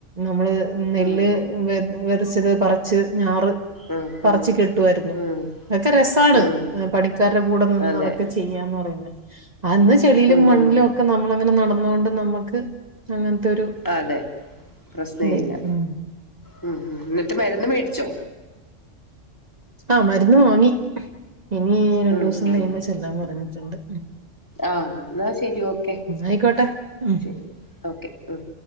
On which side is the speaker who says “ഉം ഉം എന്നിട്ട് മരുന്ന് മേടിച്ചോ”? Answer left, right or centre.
Left